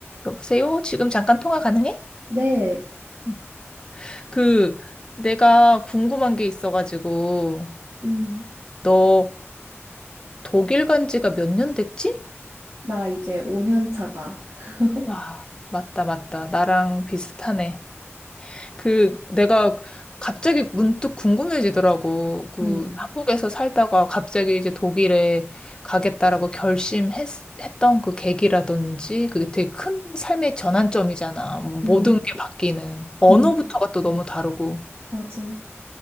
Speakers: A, on the left; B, on the right.
A: 여보세요? 지금 잠깐 통화 가능해?
B: 네,
A: 응. 그, 내가 궁금한 게 있어가지고,
B: 음,
A: 너 독일 간 지가 몇 년 됐지?
B: 나 이제 5년 차다. <laughs>
A: 와, 맞다, 맞다. 나랑 비슷하네. 그, 내가 갑자기 문득 궁금해지더라고. 그,
B: 음,
A: 한국에서 살다가 갑자기 이제 독일에 가겠다라고 결심했던 그 계기라든지, 그게 되게 큰 삶의 전환점이잖아.
B: 음,
A: 모든 게 바뀌는. 언어부터가
B: 음,
A: 또 너무 다르고.
B: 맞아.